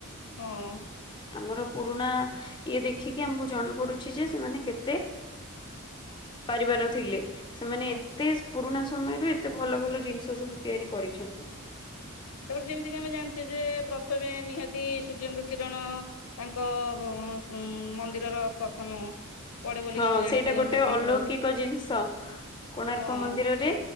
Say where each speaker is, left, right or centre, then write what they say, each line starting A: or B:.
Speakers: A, on the left (about 80°); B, on the left (about 20°).
A: ହଁ।
B: ଆମର ପୁରୁଣା ଇଏ ଦେଖିକି ଆମକୁ ଜଣା ପଡୁଛି ଯେ ସେମାନେ କେତେ ପାରିବାର ଥିଲେ। ସେମାନେ
A: ହଁ
B: ଏତେ ପୁରୁଣା ସମୟରୁ ଏତେ ଭଲ ଭଲ ଜିନିଷ ସବୁ ତିଆରି କରିଛନ୍ତି।
A: ତାପରେ ଯେମିତି କି ଆମେ ଜାଣିଚେ ଯେ ପ୍ରଥମେ ନିହାତି ସୂର୍ଯ୍ୟଙ୍କ କିରଣ ତାଙ୍କ <inaudible> ମନ୍ଦିରର ପ୍ରଥମ ପଡେ ବୋଲିକି
B: ହଁ
A: ଆମେ ଜାଣିଛେ
B: ସେଇଟା
A: ଯେମିତି
B: ଗୋଟେ
A: ଦେଖିଥାଉ
B: ଅଲୌକିକ ଜିନିଷ କୋଣାର୍କ
A: ହଁ
B: ମନ୍ଦିରରେ